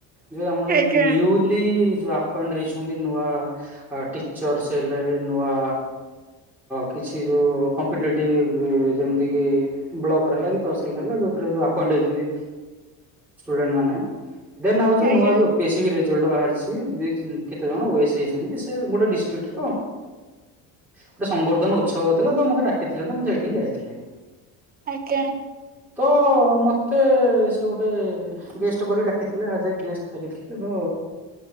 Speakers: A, in the centre; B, on the right.
A: ଯେ ଆମର ଯୋଉ
B: ଆଜ୍ଞା
A: ନିୟୁଲି ଯେଉଁ ଆପେଣ୍ଡ ହେଇଛନ୍ତି ନୂଆ ଟିଚର୍ସ ହେଲେ ନୂଆ କିଛି ଯୋଉ କମ୍ପିଟେଟିଭ ଯେମିତିକି ବ୍ଲକର ହେଲା କି ତହସିଲ ହେଲା ଯୋଉଥିରେ ଆପଏଣ୍ଟ ହେଇଛନ୍ତି ଷ୍ଟୁଡେଣ୍ଟ ମାନେ ଦେନ ଆଉ ଯଉ
B: ଆଜ୍ଞା।
A: ନୂଆ ବି ଓପି ବିହିଛି ଜଉଟା ବାହାରିଛି ଦି କେତେ ଜଣ ଓ ଏସ ଦେଛନ୍ତି। ସେ ଗୋଟେ ଡିଷ୍ଟ୍ରିକ୍ଟର ଗୋଟେ ସମ୍ବର୍ଦ୍ଧନ ଉତ୍ସବ ହଉଥିଲା ତ ମୋତେ ଡାକିଥିଲେ ତ ମୁଁ ସେଇଠି ଯାଇଥିଲି।
B: ଆଜ୍ଞା
A: ତ ମ ମତେ ସେ ଗୋଟେ ଗେଷ୍ଟ କରି ଡାକିଥିଲେ ଆଜ୍ ଏ ଗେଷ୍ଟ ଡାକିଥିଲେ ତ